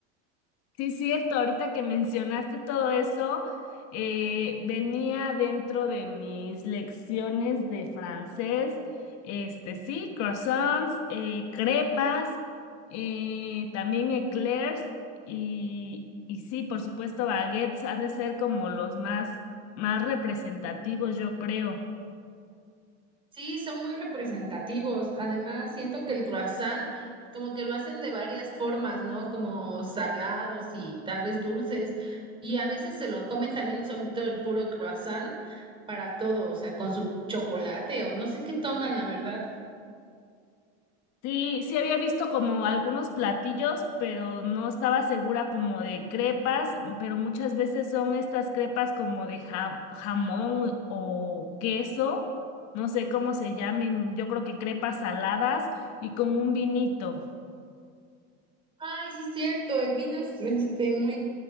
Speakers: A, on the left; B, on the right.
A: Sí, cierto, ahorita que mencionaste todo eso, eh, venía dentro de mis lecciones de francés, este sí, croissants, eh, crepas, eh, también eclairs y, y sí, por supuesto, baguettes han de ser como los más, más representativos, yo creo.
B: Sí, son muy representativos. Además, siento que el croissant como que lo hacen de varias formas, ¿no? Como salados y tal vez dulces. Y a veces se lo comen también solito el puro croissant para todo, o sea, con su chocolate o no sé qué toman, la verdad.
A: Sí, sí había visto como algunos platillos, pero no estaba segura como de crepas, pero muchas veces son estas crepas como de ja- jamón o queso, no sé cómo se llamen, yo creo que crepas saladas y con un vinito.
B: Ay, sí es cierto, el vino es este muy,